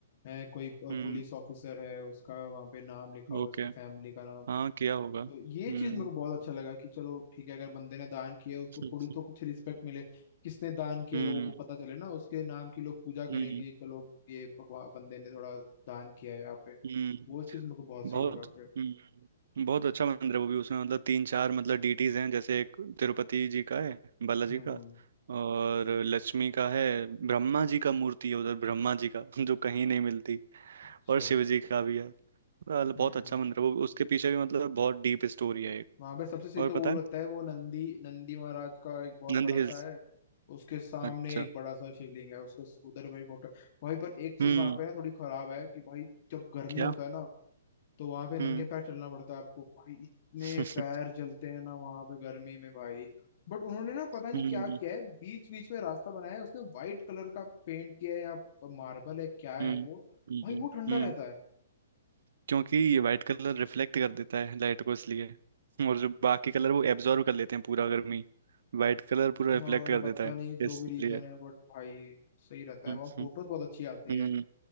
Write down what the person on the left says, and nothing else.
है कोई पुलिस
ऑफिसर है उसका वहां पे नाम लिखा हुआ
है उसकी फैमिली का नाम
तो ये चीज मेरे को बहुत अच्छा लगा कि चलो ठीक है अगर बंदे ने दान किया उसको
थोड़ी तो कुछ रिस्पेक्ट मिले किसने दान किया
लोगों को पता चले ना उसके नाम की लोग पूजा करें
कि चलो ये भगवान बंदे ने थोड़ा दान किया है यहाँ पे
वो चीज मेरे को बहुत सही
लगा फिर
हम्म
अच्छा
हम्म
वहां पे सबसे सही
तो
वो लगता
है वो नंदी नंदी महाराज का एक बहुत
बड़ा
सा है उसके सामने
एक बड़ा सा शिवलिंग है उसके उधर मेरी फोटो भाई पर एक चीज
वहां पे ना थोड़ी खराब है कि भाई जब गर्मी
होता है ना तो वहां पे नंगे
पैर चलना पड़ता है आपको भाई इतने
पैर जलते हैं ना वहां पे गर्मी में भाई बट उन्होंने ना पता नहीं
क्या किया है बीच बीच में रास्ता बनाया है उसने वाइट कलर का पेंट किया है या मार्बल है क्या है
वो
भाई वो ठंडा
रहता है
हाँ
पता
नहीं जो
भी रीजन है बट भाई सही रहता है
वहाँ फोटोज बहुत अच्छी आती
है